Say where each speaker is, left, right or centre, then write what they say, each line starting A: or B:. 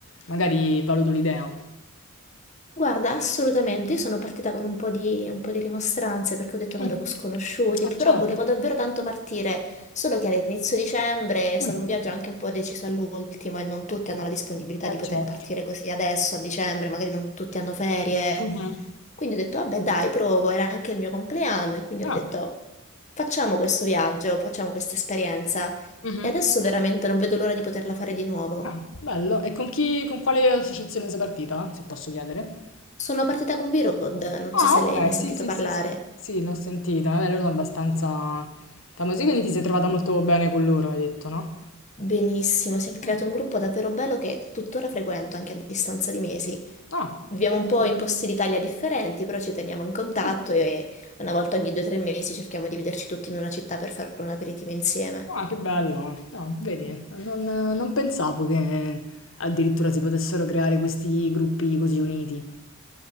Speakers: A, on the left; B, on the left.
A: magari valuto l'idea.
B: Guarda, assolutamente, io sono partita con un po' di, un po' di rimostranze perché ho detto
A: Mm.
B: vado con sconosciuti,
A: Eh
B: però
A: certo.
B: volevo davvero tanto partire, solo che all'inizio dicembre è stato
A: Mm.
B: un viaggio anche un po' deciso all'ultimo e non tutti hanno la disponibilità
A: Eh
B: di poter
A: certo.
B: partire così adesso a dicembre, magari non tutti hanno ferie.
A: Mhm.
B: Quindi ho detto vabbè dai, provo, era anche il mio compleanno e quindi ho
A: Ah.
B: detto facciamo questo viaggio, facciamo questa esperienza
A: Mhm.
B: e adesso veramente non vedo l'ora di poterla fare di nuovo.
A: Ah, bello. E con chi, con quale associazione sei partita, se posso chiedere?
B: Sono partita con V-Road, non
A: Ah,
B: so se
A: ok,
B: lei ne ha sentito
A: sì, sì,
B: parlare.
A: sì, sì, sì, l'ho sentita. Vabbè, loro sono abbastanza famosi, quindi ti sei trovata molto bene con loro, hai detto, no?
B: Benissimo, si è creato
A: Mm.
B: un gruppo davvero bello che tuttora frequento anche a distanza di mesi.
A: Ah,
B: Viviamo
A: pensa
B: un po'
A: te.
B: in posti d'Italia differenti, però ci teniamo in contatto
A: Mm.
B: e una volta ogni due o tre mesi cerchiamo di vederci tutti in una città per fare un aperitivo insieme.
A: Ah, che bello. No, vedi, non, non pensavo che addirittura si potessero creare questi gruppi così uniti.